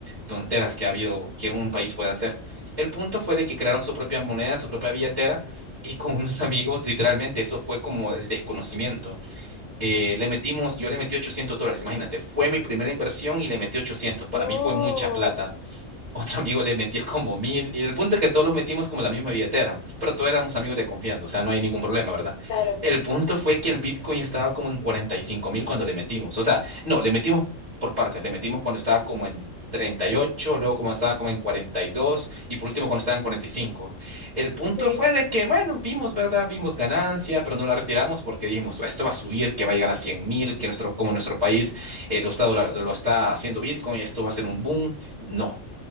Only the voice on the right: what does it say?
tonteras que ha habido que un país puede hacer. El punto fue de que crearon su propia moneda, su propia billetera, y con unos amigos, literalmente, eso fue como el desconocimiento. Eh, le metimos, yo le metí 800 dólares, imagínate, fue mi primera inversión y le metí 800. Para
mí fue mucha plata. Otro amigo le metió como mil. Y el punto es que todos los metimos como la misma billetera. Pero todos éramos amigos de confianza. O sea, no hay ningún problema, ¿verdad?
El punto fue que el Bitcoin estaba como en cuarenta y cinco mil cuando le metimos. O sea, no, le metimos por partes. Le metimos cuando estaba como en 38 luego como estaba como en cuarenta y dos y por último cuando estaba en cuarenta y cinco El punto
fue de que, bueno, vimos, ¿verdad? Vimos ganancia, pero no la retiramos porque dijimos, esto va a subir, que va a llegar a cien mil, que nuestro, como nuestro país eh, lo está, dola- lo está haciendo Bitcoin, esto va a ser un boom. No,